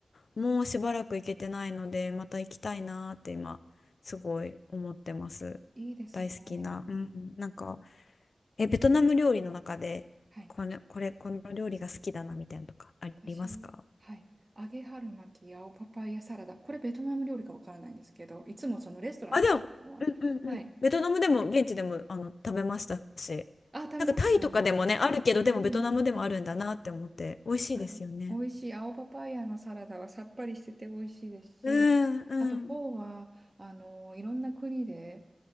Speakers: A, on the left; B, on the right.
A: もうしばらく行けてないので、また行きたいなーって今すごい思ってます。
B: いいですね。
A: 大好きな。うん。なんか、え、ベトナム料理の中でこれ、
B: はい。
A: これ、この料理が好きだなみたいなのとかありますか
B: 私、はい。揚げ春巻き、青パパイヤサラダ。これベトナム料理かわからないんですけど、いつもそのレストランで食べるのは。
A: あ、でも、うんうんうん。
B: はい。
A: ベトナムでも、現地でも、あの、食べましたし。
B: あ、食べました。
A: なんかタイとかでもね、あるけど、でもベトナムでもあるんだなって思って、
B: うん。
A: 美味しいですよね。
B: はい。美味しい。青パパイヤのサラダはさっぱりしてて美味しいですし、
A: うんうん。
B: あとフォーは、あの、いろんな国で